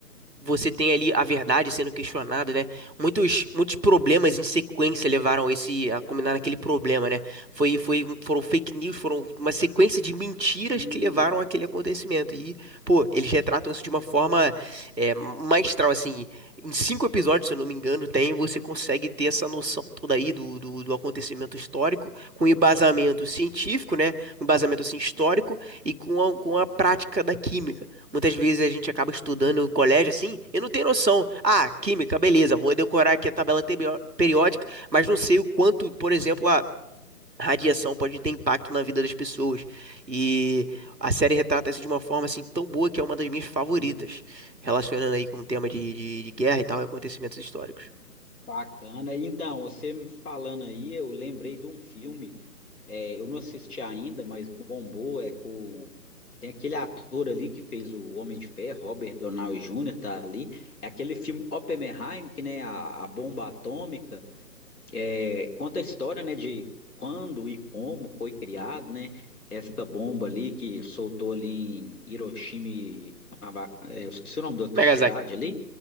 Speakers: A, on the right; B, on the left.
A: você tem ali a verdade sendo questionada, né? Muitos, muitos problemas em sequência levaram esse a culminar naquele problema, né? Foi, foi, foram fake news, foram uma sequência de mentiras
B: hum,
A: que levaram àquele acontecimento. E, pô, eles retratam isso de uma forma é, maestral, assim. Em cinco episódios, se eu não me engano, tem, você consegue ter essa noção toda aí do, do, do acontecimento histórico, com embasamento científico, né? Um embasamento, assim, histórico e com a, com a prática da química. Muitas vezes a gente acaba estudando no colégio assim e não tem noção. Ah, química, beleza, vou decorar aqui a tabela tebio- periódica, mas não sei o quanto, por exemplo, a radiação pode ter impacto na vida das pessoas. E a série retrata isso de uma forma assim tão boa que é uma das minhas favoritas,
B: hum.
A: relacionando aí com o tema de, de, de guerra e tal, e acontecimentos históricos.
B: Bacana. Então, você me falando aí, eu lembrei de um filme, é, eu não assisti ainda, mas bombou, é com... Tem aquele ator ali que fez o Homem de Ferro, Robert Downey Jr., tá ali. É aquele filme Oppenheim, que né, a, a bomba atômica, é, conta a história, né, de quando e como foi criado, né, essa bomba ali que soltou ali em Hiroshima, e Nava- é, eu esqueci o nome da outra
A: Nagasaki.
B: cidade ali,